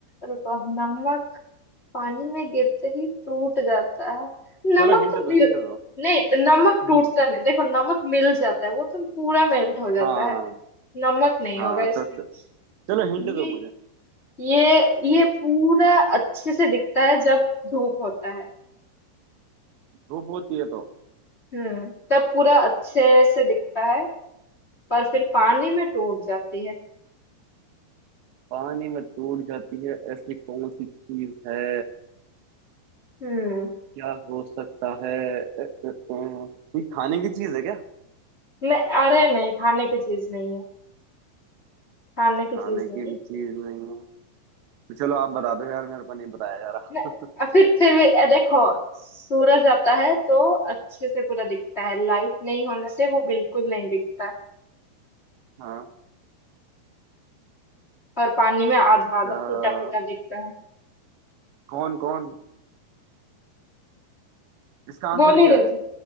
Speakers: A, on the left; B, on the right.
A: रुको नमक पानी में गिरते ही टूट जाता है नमक
B: चलो हिंट
A: तो मिल
B: दो हिंट दो
A: नहीं नमक
B: <laughs>
A: टूटता नहीं देखो नमक मिल जाता है वो तो पूरा मेल्ट हो जाता
B: हाँ
A: है नमक नहीं
B: हाँ
A: होगा इसमें
B: तो च- चलो हिंट
A: ये
B: दो मुझे
A: ये ये पूरा अच्छे से दिखता है जब धूप होता है
B: धूप होती है तो
A: हम्म तब पूरा अच्छे से दिखता है पर फिर पानी में टूट जाती है
B: पानी में टूट जाती है ऐसी कौन सी चीज है
A: हम्म
B: क्या हो सकता है अ, अ, अ, कोई खाने की चीज है क्या
A: नहीं अरे नहीं खाने की चीज नहीं है खाने की
B: खाने
A: चीज
B: की
A: नहीं
B: भी चीज नहीं है तो चलो आप बता दो यार मेरे को नहीं बताया जा रहा
A: न- फिर फिर भी, अ, देखो सूरज आता है तो अच्छे से पूरा दिखता है लाइट नहीं होने से वो बिल्कुल नहीं दिखता
B: हाँ
A: और पानी में आधा
B: तो क्या
A: आधा टूटा टूटा दिखता है
B: कौन कौन इसका आंसर
A: बोल ही
B: क्या
A: देती
B: है